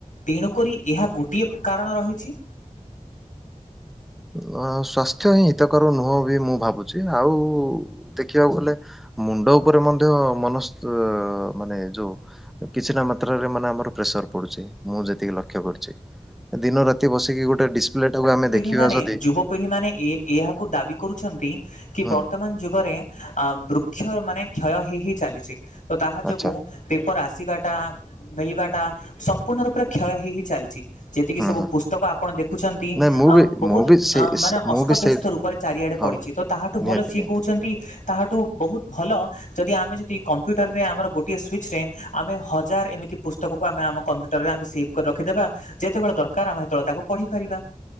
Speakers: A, on the left; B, in the centre.
A: ତେଣୁକରି ଏହା ଗୋଟିଏ କାରଣ ରହିଛି।
B: ଅ ସ୍ୱାସ୍ଥ୍ୟ ହିଁ ହିତକ ନୁହଁ ମୁଁ ଭାବୁଛି ଆଉ ଦେଖିବାକୁ ଗଲେ ମୁଣ୍ଡ ଉପରେ ମଧ୍ୟ ମନସ୍ ମାନେ ଯୋଉ କିଛିଟ ମାତ୍ରାରେ ମାନେ ଆମର ପ୍ରେସର ପଡୁଛି ମୁଁ ଯେତିକି ଲକ୍ଷ୍ୟ କରୁଛି। ଦିନ ରାତି ବସିକି ଗୋଟେ ଡିସପ୍ଲେ ଟାକୁ ଆମେ ଦେଖିବା
A: ମାନେ
B: ଯଦି
A: ଯୁବପିଢି ମାନେ ଏ ଏହାକୁ ଦାବି କରୁ ଅଛନ୍ତି। କି
B: ହୁଁ
A: ବର୍ତ୍ତମାନ ଯୁଗରେ ଅ ବ ଅକ୍ଷ ମାନେ କ୍ଷୟ ହୋଇଇ ହି ଚାଲିଛି। ତ ତାହା ଯୋଗୁ
B: ଆଚ୍ଛା
A: ପେପର ଆସ ଆସିବାଟା ମିଳିବାଟା ସମ୍ପୂର୍ଣ୍ଣ ରୂପରେ କ୍ଷୟ ହେଇ ହେଇ ଚାଲିଛି। ଯେତିକି
B: ହୁଁ
A: ସବୁ
B: ହୁଁ।
A: ପୁସ୍ତକ ଆପଣ ଦେଖୁଛନ୍ତି
B: ନାଇଁ ମୁଁ ବି
A: ବହୁତ
B: ମୁଁ ବି ସେ
A: ମାନେ
B: ସେ- ମୁଁ
A: ଅସ୍ତବ୍ୟସ୍ତ
B: ବି ସେ
A: ରୂପରେ ଚାରିଆଡେ
B: ହଁ
A: ପଡିଛି ତ ତାହାଠୁ ଭଲ
B: ନିହାତି
A: ସିଏ
B: ନିହାତି
A: କହୁଛନ୍ତି। ତାହାଠୁ ବହୁତ ଭଲ ଯଦି ଆମେ ଯଦି କମ୍ପ୍ୟୁଟରରେ ଆମର ଗୋଟିଏ ସୁିଚରେ ଆମେ ହଜାର ଏମିତି ପୁସ୍ତକକୁ ଆମେ ଆମ କମ୍ପ୍ୟୁଟରରେ ଆମେ ସେଭ୍ କରି ରଖିଦେବା ଯେତେବେଳେ ଦରକାର କାର ଆମେ ସେତେବେଳେ ତାକୁ ପଢିପାରିବା